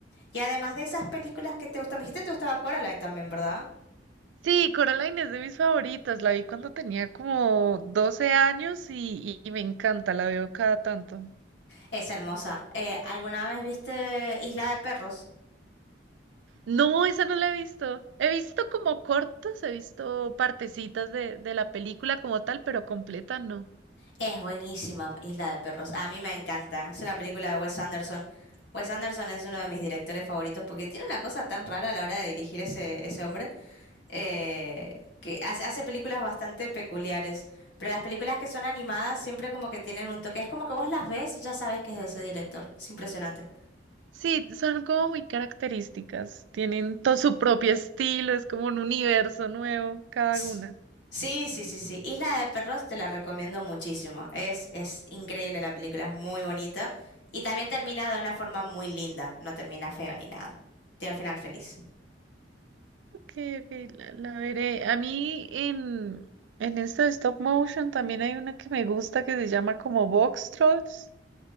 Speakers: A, on the left; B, on the right.
A: Y además de esas películas que te gustan, me dijiste que te gustaba Coraline también, ¿verdad?
B: Sí, Coraline es de mis favoritas, la vi cuando tenía como 12 años y, y me encanta, la veo cada tanto.
A: Es hermosa. Eh, ¿alguna vez viste Isla de Perros?
B: No, esa no la he visto. He visto como cortos, he visto partecitas de, de la película como tal, pero completa no.
A: Es buenísima Isla de Perros. A mí me encanta. Es una película de Wes Anderson. Wes Anderson es uno de mis directores favoritos porque tiene una cosa tan rara a la hora de dirigir ese, ese hombre. eh, que hace, hace películas bastante peculiares, pero las películas que son animadas siempre como que tienen un toque, es como que vos las ves y ya sabes que es de ese director, es impresionante.
B: Sí, son como muy características, tienen todo su propio estilo, es como un universo nuevo cada
A: S-
B: una.
A: Sí, sí, sí, sí. Isla de Perros te la recomiendo muchísimo. Es, es increíble la película, es muy bonita. Y también termina de una forma muy linda, no termina feo ni nada. Tiene un final feliz.
B: Ok, ok, la, la veré. A mí en, en esto de stop motion también hay una que me gusta que se llama como Box Trolls,